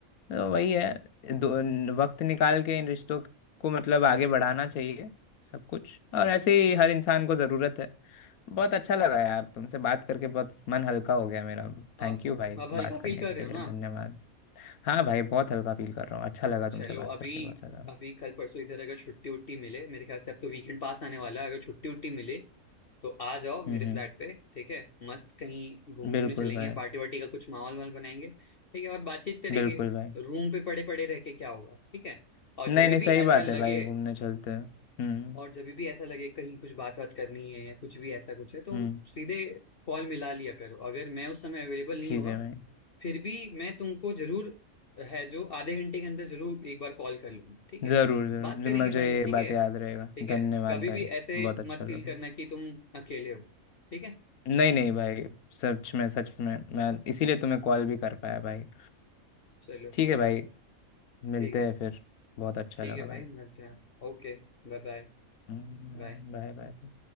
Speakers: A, on the left; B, on the left.
A: तो वही है दो, वक्त निकाल के इन रिश्तों को मतलब आगे बढ़ाना चाहिए सब कुछ और ऐसे ही हर इंसान को ज़रूरत है बहुत अच्छा लगा यार तुमसे बात करके बहुत मन हल्का हो गया मेरा
B: आप
A: थैंक यू भाई
B: अब हल्का
A: बात करने
B: फील कर रहे
A: के
B: हो
A: लिए
B: ना
A: धन्यवाद हाँ भाई बहुत हल्का फील कर रहा हूँ अच्छा लगा तुमसे
B: चलो
A: बात
B: अभी
A: करके बहुत ज़्यादा हम्म
B: अभी कल परसों इधर अगर छुट्टी उट्टी मिले मेरे ख्याल से अब तो वीकेंड पास आने वाला है अगर छुट्टी उट्टी मिले तो आ जाओ मेरे
A: हम्म, हम्म,
B: फ्लैट पे ठीक है मस्त कहीं घूमने
A: बिल्कुल
B: वूमने चलेंगे
A: भाई
B: पार्टी वार्टी का कुछ माहौल वाल बनाएंगे ठीक है और बातचीत करेंगे
A: बिल्कुल भाई
B: रूम पे पड़े पड़े रह के क्या होगा ठीक है और
A: नहीं
B: जब
A: नहीं सही
B: भी
A: बात
B: ऐसा लगे
A: है भाई घूमने चलते हैं हम्म
B: और जब भी ऐसा लगे कहीं कुछ बात बात करनी है या कुछ भी ऐसा कुछ है तो
A: हम्म
B: सीधे कॉल मिला लिया करो अगर मैं उस समय अवेलेबल नहीं
A: ठीक
B: होगा
A: है भाई
B: फिर भी मैं तुमको जरूर है जो आधे घंटे के अंदर जरूर एक बार कॉल कर लूंगा ठीक है
A: जरूर जरूर
B: बात करेंगे
A: जो मुझे
B: भाई
A: ये
B: ठीक
A: बात
B: है
A: याद रहेगा
B: ठीक है
A: धन्यवाद
B: कभी
A: भाई
B: भी ऐसे
A: बहुत अच्छा
B: मत
A: लगा
B: फील करना कि तुम अकेले हो ठीक है
A: नहीं नहीं भाई सच में सच में मैं इसीलिए तुम्हें कॉल भी कर पाया भाई
B: चलो कोई
A: ठीक है भाई
B: नहीं
A: मिलते
B: ठीक है
A: हैं फिर बहुत अच्छा
B: ठीक
A: लगा
B: है भाई
A: भाई
B: मिलते हैं Okay bye bye
A: हम्म,
B: bye
A: Bye bye